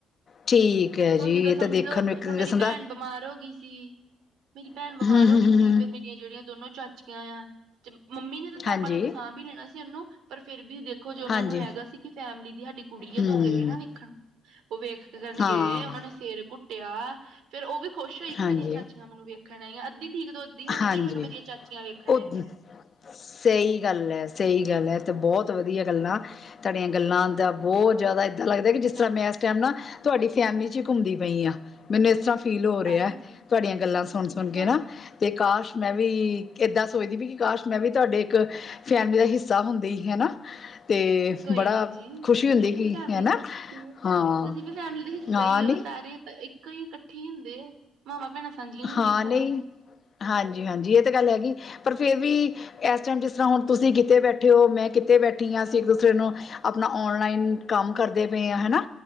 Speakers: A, on the left; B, on the right.
A: ਠੀਕ ਹੈ ਜੀ
B: ਹੁਣ ਜਿੱਦਾਂ
A: ਇਹ
B: ਸਮਝ
A: ਤਾਂ ਦੇਖਣ
B: ਲੋੋ,
A: ਨੂੰ ਇੱਕ
B: ਹੁਣ ਮੇਰੀ
A: ਕਿਸਮ ਦਾ
B: ਭੈਣ ਬਿਮਾਰ ਹੋ ਗਈ ਸੀ ਮੇਰੀ ਭੈਣ
A: ਹੂੰ
B: ਬਿਮਾਰ
A: ਹੂੰ
B: ਹੋ ਗਈ
A: ਹੂੰ
B: ਸੀ,
A: ਹੂੰ
B: ਫੇਰ ਮੇਰੀਆਂ ਜਿਹੜੀਆਂ ਦੋਨੋ ਚਾਚੀਆਂ ਆ ਤੇ ਮੰਮੀ ਨੇ ਤੇ ਪਾਪਾ
A: ਹਾਂਜੀ
B: ਨੇ ਦਸਾਂ ਵੀ ਲੈਣਾ ਸੀ ਇਹਨੂੰ ਪਰ ਫਿਰ ਵੀ ਦੇਖੋ ਜੋ ਉਹਨਾਂ
A: ਹਾਂਜੀ
B: ਨੂੰ ਹੈਗਾ ਸੀ ਕਿ ਫੈਮਿਲੀ ਦੀ ਸਾਡੀ ਕੁੜੀ ਹੈ,
A: ਹੂੰ
B: ਤੇ ਔਹ ਗਏ ਨਾ ਵੇਖਣ, ਔਹ ਵੇਖ ਕਰਨ
A: ਹਾਂ
B: ਗਏ ਉਹ ਨੇ ਸਿਰ ਘੁੱਟਿਆ, ਫੇਰ ਉਹ ਵੀ ਖੁਸ਼ ਹੋਈ ਕਿ
A: ਹਾਂਜੀ
B: ਮੇਰੀਆਂ ਚਾਚ ਚਾਚੀਆਂ ਮੈਨੂੰ ਵੇਖਣ ਆਈ ਆ, ਅੱਧੀ ਠੀਕ ਤੋਂ ਅੱਧੀ ਹੋ ਗਈ
A: ਹਾਂਜੀ
B: ਕਿ ਮੈਨੂੰ ਮੇਰੀ ਚਾਚੀਆਂ ਵੇਖਣ
A: ਉਹ
B: ਆਈ ਹੈ।
A: ਸਹੀ ਗੱਲ ਹੈ, ਸਹੀ ਗੱਲ ਹੈ। ਤੇ ਬਹੁਤ ਵਧੀਆ ਗੱਲਾਂ, ਤੁਹਾਡੀਆਂ ਗੱਲਾਂ ਦਾ ਬਹੁਤ ਜ਼ਿਆਦਾ ਇੱਦਾਂ ਲੱਗਦਾ ਕਿ ਜਿਸ
B: ਹਾਂਜੀ
A: ਤਰ੍ਹਾਂ ਮੈਂ ਇਸ ਟਾਈਮ ਨਾ ਤੁਹਾਡੀ ਫੈਮਿਲੀ ਚ ਹੀ ਘੁੰਮਦੀ ਪਈ ਆ, ਮੈਨੂੰ ਇਸ ਤਰ੍ਹਾਂ ਫੀਲ ਹੋ ਰਿਹਾ
B: ਹਾਂਜੀ
A: ਤੁਹਾਡੀਆਂ ਗੱਲਾਂ ਸੁਣ ਸੁਣ ਕੇ
B: ਹੁਣ
A: ਨਾ, ਤੇ ਕਾਸ਼ ਮੈਂ ਵੀ ਏਦਾਂ ਸੋਚਦੀ ਵੀ ਕਿ ਕਾਸ਼ ਮੈਂ ਵੀ ਤੁਹਾਡੇ ਇੱਕ ਫੈਮਿਲੀ ਦਾ ਹਿੱਸਾ ਹੁੰਦੀ ਸੀ ਹੈ। ਤੇ
B: ਕੋਈ
A: ਬੜਾ
B: ਨੀ ਜੀ
A: ਖੁਸ਼ੀ ਹੁੰਦੀ,
B: ਤੁਸੀਂ
A: ਕਿ
B: ਵੀ ਫੈਮਿਲੀ
A: ਹੈਨਾ
B: ਦੱਸਦੇ ਹੋ
A: ਹਾਂ
B: ਤੁਸੀਂ ਵੀ ਫੈਮਿਲੀ ਦਾ ਹਿੱਸਾ
A: ਹਾਂ
B: ਹੀ
A: ਨੀ
B: ਹੋ ਸਾਰੇ ਇੱਕੋ ਹੀ ਇਕੱਠੇ ਹੀ ਹੁੰਦੇ ਐ, ਮਾਵਾਂ ਭੈਣਾਂ ਸਾਂਝੀਆਂ ਹੀ ਹੁੰਦੀਆਂ
A: ਹਾਂ
B: ਸਾਰਿਆਂ
A: ਨਹੀਂ
B: ਦੀਆਂ।
A: ਹਾਂਜੀ ਹਾਂਜੀ ਇਹ ਤਾਂ ਗੱਲ ਹੈਗੀ ਪਰ ਫਿਰ ਵੀ ਇਸ ਟਾਈਮ ਜਿਸ ਤਰ੍ਹਾਂ ਹੁਣ ਤੁਸੀਂ ਕਿਤੇ ਬੈਠੇ ਹੋ ਮੈਂ ਕਿੱਤੇ ਬੈਠੀ ਹੈ ਅਸੀਂ ਇੱਕ ਦੂਸਰੇ ਨੂੰ ਆਪਣਾ ਔਨਲਾਈਨ ਕੰਮ ਕਰਦੇ ਪਏ ਹਾਂ ਹਨਾ